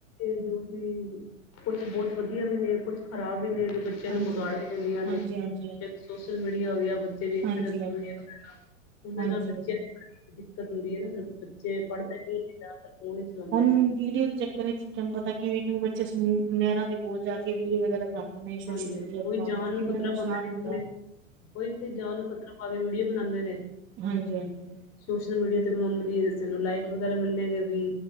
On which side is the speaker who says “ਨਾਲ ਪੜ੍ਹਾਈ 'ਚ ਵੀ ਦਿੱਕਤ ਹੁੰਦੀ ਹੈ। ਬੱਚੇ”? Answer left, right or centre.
Left